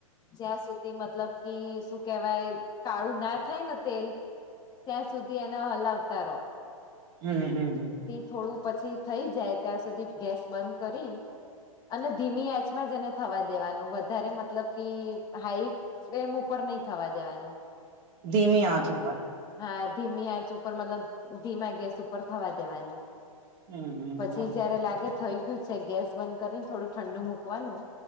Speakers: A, on the left; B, on the right.
A: જ્યાં સુધી મતલબ શું કેવાય કાળું ના થાય ને તેલ ત્યાં સુધી ન હલતા રરો
B: હમ્મ હમ્મ
A: થોડું પછી થઈ જાય ત્યાં સુધી ગેસ બંધ કરી અને ધીમી આંચ જ એને થવા દેવાનું વધારે મતલબ કે હાઈ ફ્લેમ ઉપર નહી થવા દેવાનું.
B: ધીમી આંચ ઉપર.
A: હા ધીમી આંચ ઉપર મતલબ ધીમા ગેસ ઉપર થવા દેવાનું.
B: હમ હમ
A: પછી જયારે લાગે થઈ ગયું છે ગેસ બંધ કરીને થોડું ઠંડુ મૂકવાનું.